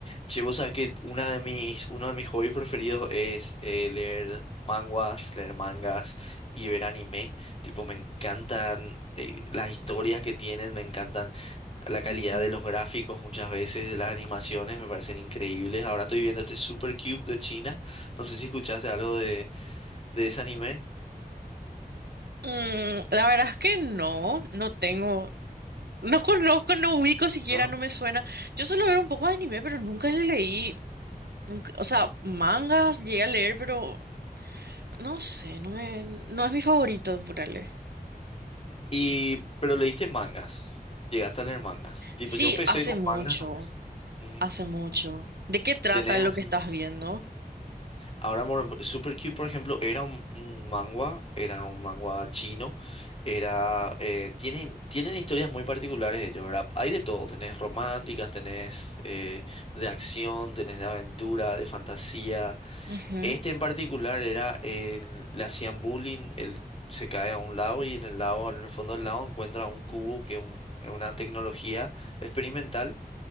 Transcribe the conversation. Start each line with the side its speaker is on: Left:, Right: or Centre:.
Left: Che, vos sabés que una de mis, uno de mis hobbies preferidos es eh, leer manguas, leer mangas y ver anime. Tipo, me encantan eh, las historias que tienen, me encantan la calidad
Right: Ujú.
Left: de los gráficos muchas veces, de las animaciones, me parecen increíbles. Ahora estoy viendo este Super Cube de China. No sé si escuchaste algo de, de ese anime,
Right: Mm, la verdad es que no, no tengo, <laughs> no conozco, no ubico siquiera,
Left: ¿no?
Right: no me suena. Yo solo veo un poco de anime, pero nunca le leí, nunca- o sea, mangas llegué a leer, pero no sé, no me, no es mi favorito, ponerle.
Left: Y, pero leíste mangas. Llegaste a leer mangas. Tipo,
Right: Sí,
Left: yo empecé
Right: hace
Left: con
Right: mucho,
Left: mangas también. Ujú.
Right: hace mucho. ¿De qué trata
Left: ¿Tenés
Right: lo
Left: así?
Right: que estás viendo?
Left: Ahora, bueno, Super Cube, por ejemplo, era un, un manga, era un manga chino, era, eh, tienen, tienen historias muy particulares de ellos, ¿verdad? Hay de todo, tenés románticas, tenés eh, de acción, tenés de aventura, de fantasía.
Right: Ujú.
Left: Este en particular era, el- le hacían bullying, él se cae a un lado y en el lado, en el fondo del lado encuentra un cubo que es un- es una tecnología experimental